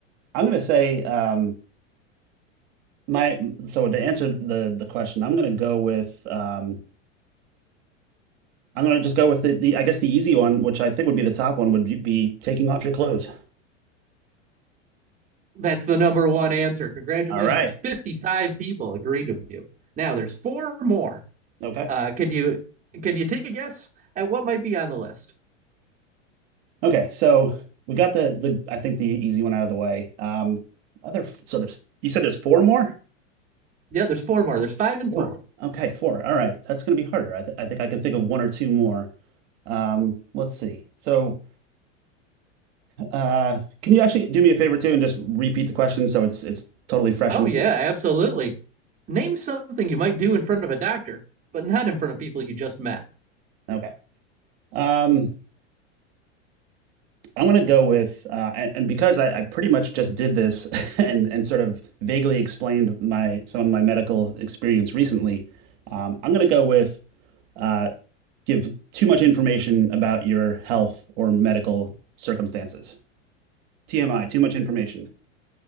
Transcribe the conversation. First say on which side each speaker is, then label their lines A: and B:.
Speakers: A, on the right; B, on the right.
A: I'm gonna say um my so to answer the the question, I'm gonna go with um I'm gonna just go with the, the I guess the easy one, which I think would be the top one, would be taking off your clothes.
B: That's the number one answer. Congratulations.
A: All right.
B: 55 people agreed with you. Now there's four more.
A: Okay.
B: Uh, can you can you take a guess at what might be on the list?
A: Okay, so we got the the I think the easy one out of the way. Um, other so there's you said there's four more?
B: Yeah, there's four more. There's five in
A: Four.
B: total.
A: Okay, four. All right, that's going to be harder. I th I think I can think of one or two more. Um, let's see. So, uh, can you actually do me a favor too and just repeat the question so it's it's totally fresh
B: Oh,
A: and
B: yeah, absolutely. Name something you might do in front of a doctor, but not in front of people you just met.
A: okay. Um, I'm going to go with uh, and, and because I, I pretty much just did this <laughs> and and sort of vaguely explained my some of my medical experience recently. Um, I'm going to go with uh, give too much information about your health or medical circumstances. TMI, too much information.